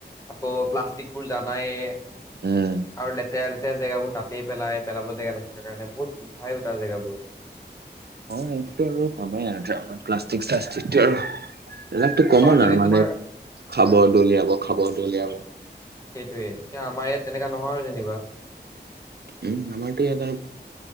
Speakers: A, on the left; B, on the right.
A: আকৌ প্লাষ্টিক বোৰ জানাই। লেতেৰা
B: উম
A: লেতেৰি। লেতেৰা জাবৰবোৰ তাতেই পেলাই। পেলাব জেগা নথকাৰ কাৰণে। বহুত গোন্ধাই অ তাৰ জেগাবোৰ।
B: অ এইটো আৰু ভবাই নাই আৰু প্লাষ্টিক টালাষ্টিক আৰু। লাইফ টো
A: ওচৰত
B: কমন
A: যদি
B: আৰু মানুহে
A: তোমাৰ
B: খাব
A: হা
B: দলিয়াব খাব দলিয়াব।
A: সেইটোৱে এতিয়া আমাৰ ইয়াত তেনেকা নহয় যেনিবা।
B: উম সেইটো ইয়াত আৰু।